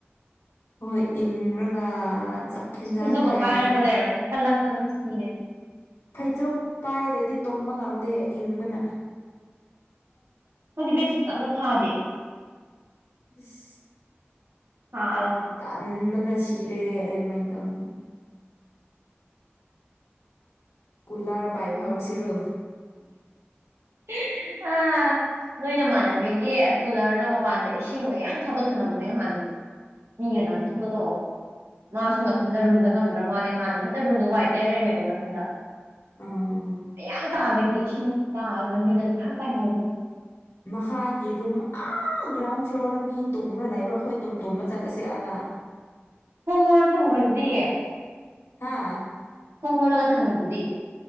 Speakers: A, on the left; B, on the right.
A: ꯍꯣꯏ ꯏꯪꯔꯒ ꯍꯦꯟꯖꯥꯡꯒ
B: ꯐꯩꯖꯨꯞꯀ
A: ꯍꯥꯏꯅꯔꯗꯤ
B: ꯄꯥꯏꯔꯒ ꯂꯩꯔꯝꯅꯤ ꯀꯜꯂꯛꯄꯅ ꯁꯤꯔꯦꯗ
A: ꯐꯩꯖꯨꯝ ꯄꯥꯏꯗ꯭ꯔꯗꯤ ꯇꯨꯝꯕ ꯉꯝꯗꯦꯍꯦ ꯏꯪꯕꯅ
B: ꯈꯣꯏꯗꯤ ꯕꯦꯗꯁꯤꯠꯀꯥ ꯑꯝꯇꯥ ꯊꯥꯗꯦ
A: ꯑꯁ
B: ꯁꯥꯗꯅ
A: ꯇꯟꯕꯅ ꯁꯤꯔꯦ ꯑꯩ ꯀꯃꯥꯏ ꯇꯧꯅꯤ ꯀꯨꯂꯔ ꯄꯥꯏꯚꯥ ꯍꯧꯔꯁꯤꯔꯣ
B: <inaudible> ꯑꯥ ꯅꯣꯏ ꯅꯃꯥꯟꯅꯕꯤꯒꯤ ꯀꯨꯜꯂꯔꯗꯣ ꯃꯄꯥꯟꯗ ꯏꯁꯤꯡ ꯃ ꯌꯥꯝ ꯊꯥꯗꯣꯛꯑ ꯊꯅꯝꯕꯅꯦ ꯅꯍꯥꯟꯗꯤ ꯃꯤꯒꯥ
A: ꯎꯝ
B: ꯅꯥꯟꯊꯨꯗ ꯇꯧꯍꯧꯏ ꯃꯥꯁꯨ ꯃꯊꯟꯇ ꯔꯨꯝꯗ ꯉꯝꯗ꯭ꯔꯥ ꯃꯥꯜꯂꯦ ꯅꯍꯥꯟ ꯃꯊꯟꯇ ꯔꯨꯝꯗꯣ ꯋꯥꯏ ꯇꯩꯔ ꯂꯩꯔꯝꯃꯦꯕ ꯃꯊꯟꯇ
A: ꯑꯥ
B: ꯃꯌꯥꯝ ꯇꯥꯕꯒꯤ ꯏꯁꯤꯡ ꯈꯨꯇꯥ ꯑꯝꯅꯤ ꯂꯝꯕꯤꯗꯁꯨ ꯃꯌꯥꯝ ꯇꯥꯏꯍꯧꯕꯅꯤ
A: ꯃꯈꯥꯒꯤ ꯔꯨꯝ ꯑꯥ ꯑꯥ ꯒ꯭ꯔꯥꯎꯟ ꯐ꯭ꯂꯣꯔꯗ ꯃꯤ ꯇꯨꯝꯕ꯭ꯔꯥ ꯂꯩꯕ꯭ꯔꯥ ꯍꯣꯏ ꯇꯨꯝ ꯇꯨꯝꯃ ꯆꯠꯂꯁꯦ ꯑꯥꯗ
B: <inaudible> ꯊꯝꯒ꯭ꯔꯗꯨꯗꯤ
A: ꯍꯥꯥ
B: ꯊꯣꯡ ꯂꯣꯜꯂꯒ ꯊꯝꯒ꯭ꯔꯗꯨꯗꯤ